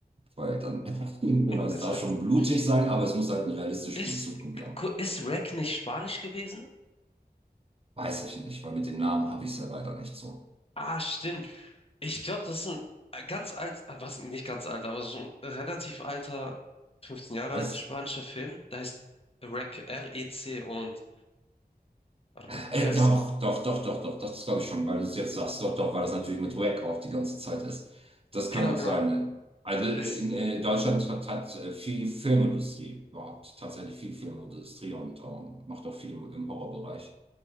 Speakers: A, on the right (about 35°); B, on the left (about 35°).
A: weil dann, <laughs> genau,
B: <laughs>
A: es darf schon blutig sein, aber es muss halt einen realistischen
B: Ist,
A: Bezug haben.
B: ist Rack nicht Spanisch gewesen?
A: Weiß ich nicht, weil mit den Namen habe ich es ja leider nicht so.
B: Ah, stimmt. Ich glaube, das ist ein äh, ganz alt, äh, was nicht ganz alt, aber so ein relativ alter, 15 Jahre
A: Was?
B: alt spanischer Film. Der heißt REC, R-E-C und warte
A: Äh,
B: mal, ja, es,
A: doch, doch, doch, doch, doch, das glaube ich schon, weil du es jetzt sagst. Doch, doch, weil das natürlich mit Wack auch die ganze Zeit ist. Das
B: genau,
A: kann gut
B: genau.
A: sein. ne? Also äh,
B: Es
A: in äh, Deutschland hat, hat äh, viel Filmindustrie überhaupt, tatsächlich viel Filmindustrie und ähm, macht auch viel im, im Horrorbereich.